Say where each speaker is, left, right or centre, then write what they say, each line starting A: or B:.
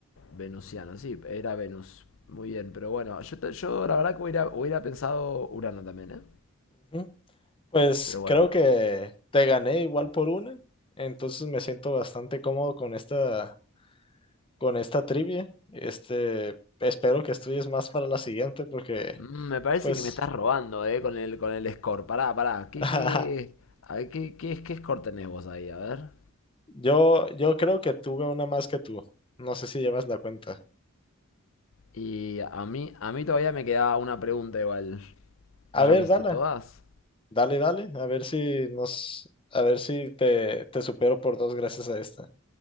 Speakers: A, on the left; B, on the left.
A: venusiano. Sí, era Venus. Muy bien, pero bueno, yo, te- yo la verdad que hubiera, hubiera pensado Urano también, ¿eh?
B: Ujú. Pues
A: Pero bueno.
B: creo que te gané igual por una, entonces me siento bastante cómodo con esta, con esta trivia. Este, espero que estudies más para la siguiente porque,
A: Mm, me parece
B: pues,
A: que me estás robando, ¿eh? Con el, con el score. Pará, pará. ¿Qué,
B: <laughs>
A: qué, a ver, qué, qué, qué score tenés vos ahí? A ver.
B: yo, yo creo que tuve una más que tú. No sé si llevas la cuenta.
A: Y a mí, a mí todavía me quedaba una pregunta igual.
B: A
A: ¿Vos
B: ver,
A: ya me hiciste
B: dale,
A: todas?
B: dale, dale, a ver si nos, a ver si te, te supero por dos gracias a esta.